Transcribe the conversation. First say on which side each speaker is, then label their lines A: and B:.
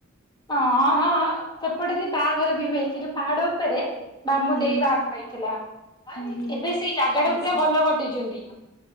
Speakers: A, on the left; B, on the left.
A: ହଁ ହଁ। ସେପଟେ ବି ବାହାଘର ବି ହୁଏ। ସେ ଯୋଉ ପାହାଡ ଉପରେ ମାମୁ
B: ହୁଁ
A: ଦେଇ ବାହାଘର ହେଇଥିଲା।
B: ହୁଁ ହୁଁ ହୁଁ
A: ଏବେ ସେଇ ଜାଗା ଟାକୁ
B: ଆଛା
A: ପୁରା ଭଲ କରିଦେଇଛନ୍ତି।